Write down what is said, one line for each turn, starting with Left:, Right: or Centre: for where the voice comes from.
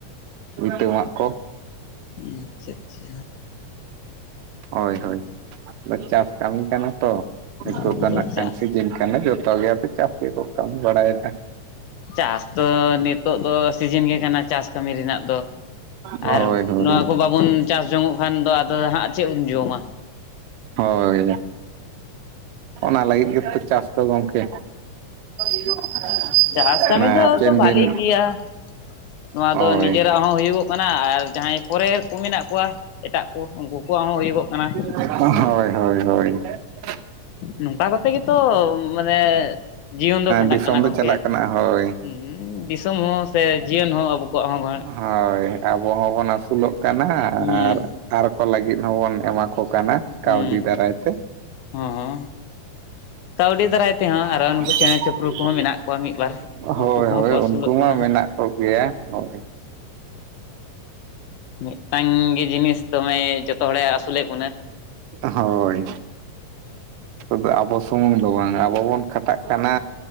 Right: ᱵᱷᱤᱛᱟᱹ ᱢᱟᱜ ᱠᱚ᱾
Left: ᱩᱸ ᱟᱪᱪᱷᱟ ᱟᱪᱪᱷᱟ
Right: ᱦᱳᱭ ᱦᱳᱭ ᱫᱚ ᱪᱟᱥ ᱠᱟᱹᱢᱤ ᱠᱟᱱᱟ ᱛᱚ ᱱᱤᱛᱚᱜ
Left: ᱦᱚᱸ
Right: ᱫᱚ
Left: ᱛᱚ
Right: ᱱᱟᱜ ᱠᱷᱟᱱ
Left: ᱪᱟᱥ
Right: ᱥᱤᱡᱤᱱ ᱠᱟᱱᱟ ᱡᱚᱛᱚ ᱜᱮ ᱟᱫᱚ ᱪᱟᱹᱥ ᱜᱮᱠᱚ ᱠᱟᱹᱢᱤ ᱵᱟᱲᱟᱭᱫᱟ ᱾
Left: ᱪᱟᱥ ᱫᱚ ᱱᱤᱛᱚᱜ ᱫᱚ ᱥᱤᱡᱤᱱ ᱜᱮ ᱠᱟᱱᱟ ᱪᱟᱥ ᱠᱟᱹᱢᱤ ᱨᱮᱱᱟᱜ ᱫᱚ
Right: ᱦᱳᱭ
Left: ᱟᱨ
Right: ᱦᱳᱭ
Left: ᱱᱚᱣᱟ ᱠᱚ ᱵᱟᱵᱚᱱ ᱪᱟᱥ ᱡᱚᱝᱚᱜ ᱠᱷᱟᱱ ᱫᱚ ᱟᱫᱚ ᱦᱟᱸᱜ ᱪᱮᱛ ᱵᱚᱱ ᱡᱚᱢᱟ?
Right: ᱦᱳᱭ ᱚᱱᱟ ᱞᱟᱹᱜᱤᱫ ᱜᱮᱛᱚ ᱪᱟᱥ ᱫᱚ ᱜᱚᱝᱠᱮ᱾ <inaudible>
Left: ᱪᱟᱥ ᱠᱟᱹᱢᱤ
Right: ᱢᱮ
Left: ᱫᱚ
Right: ᱦᱟᱯᱮᱱ
Left: ᱛᱚ ᱵᱷᱟᱞᱤ
Right: ᱫᱤᱱ
Left: ᱜᱮᱭᱟ ᱱᱚᱣᱟ
Right: ᱦᱳᱭ
Left: ᱫᱚ ᱱᱤᱡᱮᱨᱟᱜ ᱦᱚᱸ ᱦᱩᱭᱩᱜᱚᱜ ᱠᱟᱱᱟ ᱟᱨ ᱡᱟᱦᱟᱸᱭ ᱯᱚᱨᱮᱨ ᱠᱚ ᱢᱮᱱᱟᱜ ᱠᱚᱣᱟ ᱮᱴᱟᱜ ᱠᱩ ᱩᱝᱠᱩ ᱠᱚᱣᱟᱜ ᱦᱚᱸᱦᱩᱭᱩᱜᱚᱜ ᱠᱟᱱᱟ ᱾
Right: ᱦᱳᱭ ᱦᱳᱭ ᱦᱳᱭ ᱾
Left: ᱱᱚᱝᱠᱟ ᱠᱚᱛᱮ ᱜᱮᱛᱚ ᱢᱟᱱᱮ ᱡᱤᱭᱚᱱ ᱫᱚ ᱠᱷᱟᱸᱰᱟᱜ
Right: ᱫᱤᱥᱚᱢ
Left: ᱠᱟᱱᱟ
Right: ᱫᱚ
Left: ᱜᱚᱝᱠᱮ
Right: ᱪᱟᱞᱟᱜ
Left: ᱾
Right: ᱠᱟᱱᱟ ᱦᱳᱭ
Left: ᱩᱸ ᱫᱤᱥᱚᱢ ᱦᱚᱸ ᱥᱮ ᱡᱤᱭᱚᱱ ᱦᱚᱸ ᱟᱵᱚ ᱠᱚᱣᱟᱜ ᱦᱚᱸ
Right: ᱦᱚᱭ ᱟᱵᱚ ᱦᱚᱸᱵᱚᱱ ᱟᱹᱥᱩᱞᱚᱜ ᱠᱟᱱᱟ
Left: ᱦᱩᱸ
Right: ᱟᱨ ᱟᱨ ᱠᱚ ᱞᱟᱹᱜᱤᱫ ᱦᱚᱸᱵᱚᱱ ᱮᱢᱟ ᱠᱚ ᱠᱟᱱᱟ ᱠᱟᱹᱣᱰᱤ
Left: ᱦᱩᱸ
Right: ᱫᱟᱨᱟᱭ ᱛᱮ
Left: ᱦᱚᱸ ᱠᱟᱹᱣᱰᱤ ᱫᱟᱨᱟᱭ ᱛᱮᱦᱚᱸ
Right: <inaudible>
Left: ᱟᱨᱚ ᱱᱩᱠᱩ ᱪᱮᱬᱮ ᱪᱤᱯᱨᱩ ᱠᱚᱦᱚᱸ ᱢᱮᱱᱟᱜ ᱠᱚᱣᱟ ᱢᱤᱫ ᱵᱟᱨ ᱩᱱᱠᱩ
Right: ᱦᱳᱭ
Left: ᱠᱚᱦᱚᱸ
Right: ᱦᱳᱭ
Left: ᱠᱚ ᱟᱹᱥᱩᱞᱚᱜ
Right: ᱩᱱᱠᱩ ᱢᱟ
Left: ᱠᱟᱱᱟ
Right: ᱢᱮᱱᱟᱜ ᱠᱚ ᱜᱮᱭᱟ ᱦᱳᱭ
Left: ᱢᱤᱫᱴᱟᱝ ᱜᱮ ᱡᱤᱱᱤᱥ ᱫᱚᱢᱮ ᱡᱚᱛᱚ ᱦᱚᱲᱮ ᱟᱹᱥᱞᱮᱜ ᱵᱚᱱᱟ ᱾
Right: ᱦᱳᱭ ᱛᱚᱵᱮ ᱟᱵᱚ ᱥᱩᱢᱩᱝ ᱫᱚ ᱵᱟᱝ ᱟᱵᱚ ᱵᱚᱱ ᱠᱷᱟᱴᱟᱜ ᱠᱟᱱᱟ